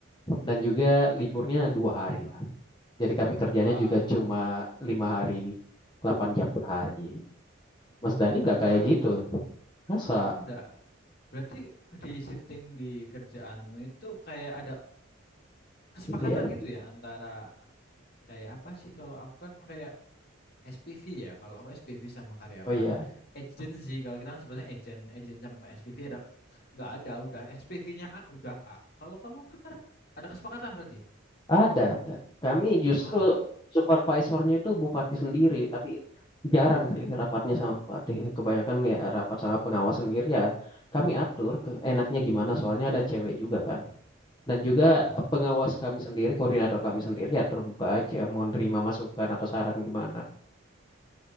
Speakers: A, on the left; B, on the left.
A: dan juga liburnya dua hari lah jadi kami kerjanya
B: Wah,
A: juga cuma lima hari 8 jam per hari Mas Dani
B: enak
A: nggak kayak
B: kali
A: gitu
B: ya.
A: masa
B: Oh, enggak. Berarti di shifting di kerjaanmu itu kayak ada kesepakatan
A: iya
B: gitu ya antara kayak apa sih kalau aku kan kayak SPV ya. Kalau aku SPV sama karyawan,
A: oh iya
B: agent sih. Kalau kita kan sebenarnya agent, agent sama SPV ada nggak ada udah SPV-nya A udah A kalau kamu VAR ada kesepakatan berarti
A: ada ada kami justru
B: wah
A: supervisornya itu bupati sendiri tapi jarang sih
B: oh
A: rapatnya
B: iya
A: sama bupati kebanyakan ya rapat sama pengawas sendiri ya kami atur ke enaknya gimana soalnya ada cewek juga kan Dan juga
B: oh
A: pengawas kami sendiri, koordinator kami sendiri ya terbuka aja, mau nerima masukan atau saran gimana.